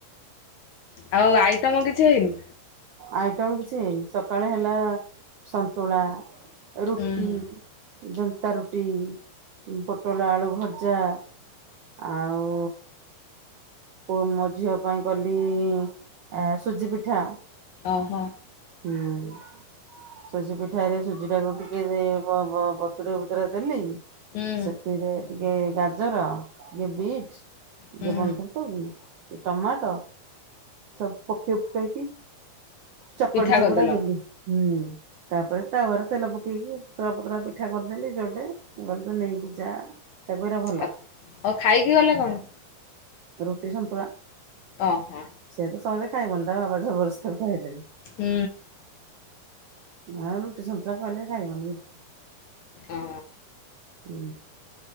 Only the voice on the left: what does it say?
ଆଉ ଆଇଟମ କିଛି ହେଇନି
ହୁଁ
ଓହୋ
ହୁଁ
ହୁଁ
ପିଠା
କରିଦେଲ
ଆ ଆଉ ଖାଇକି ଗଲେ କଣ?
ଓହୋ
ହୁଁ
ଓ